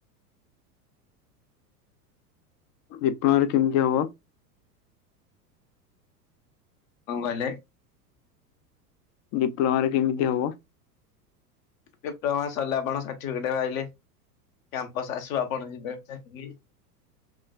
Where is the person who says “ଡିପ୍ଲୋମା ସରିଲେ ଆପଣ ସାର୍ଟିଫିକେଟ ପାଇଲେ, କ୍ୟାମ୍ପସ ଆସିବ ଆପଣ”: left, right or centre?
Left